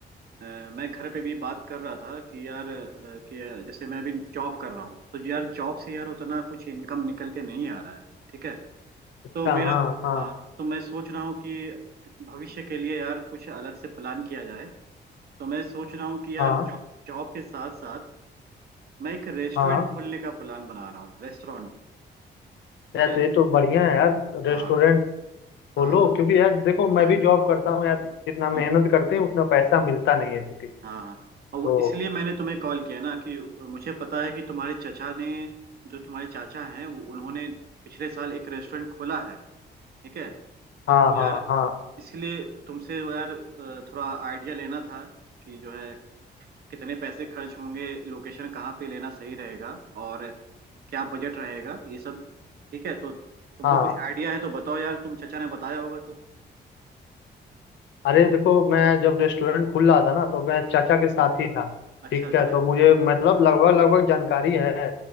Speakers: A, on the right; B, on the left.
A: अ, मैं घर पे भी बात कर रहा था कि यार अ, कि अ, जैसे मैं अभी जॉब कर रहा हूँ तो यार जॉब से यार उतना कुछ इनकम निकल के नहीं आ रहा है ठीक है
B: अच्छा
A: तो मेरा
B: हाँ हाँ
A: हाँ तो मैं सोच रहा हूँ कि भविष्य के लिए यार कुछ अलग से प्लान किया जाए तो मैं सोच रहा हूँ कि यार
B: हाँ
A: जॉब जॉब के साथ साथ मैं एक रेस्टोरेंट
B: हाँ
A: खोलने का प्लान बना रहा हूँ रेस्टोरेंट ठीक
B: यार
A: है
B: तो ये तो बढ़िया है यार रेस्टोरेंट
A: हाँ
B: खोलो
A: हाँ
B: क्योंकि यार देखो मैं
A: हाँ
B: भी जॉब करता हूँ यार जितना मेहनत
A: <clears throat> हाँ
B: करते हैं उतना पैसा मिलता नहीं है क्योंकि
A: हाँ हाँ।
B: तो
A: और वो इसलिए मैंने तुम्हें कॉल किया ना कि मुझे पता है कि तुम्हारे चचा ने जो तुम्हारे चाचा हैं वो- उन्होंने पिछले साल एक रेस्टोरेंट खोला है ठीक है तो
B: हाँ हाँ
A: यार
B: हाँ
A: इसलिए तुमसे यार अ, थोड़ा आइडिया लेना था कि जो है कितने पैसे खर्च होंगे लोकेशन कहाँ पे लेना सही रहेगा और क्या बजट रहेगा ये सब ठीक है तो तुमको
B: हाँ
A: कुछ आइडिया है तो बताओ यार तुम चचा ने बताया होगा तो
B: अरे देखो मैं जब रेस्टोरेंट खुल रहा था ना तो मैं चाचा के साथ ही था
A: अच्छा
B: ठीक
A: अच्छा
B: है तो मुझे मतलब लगभग लगभग जानकारी है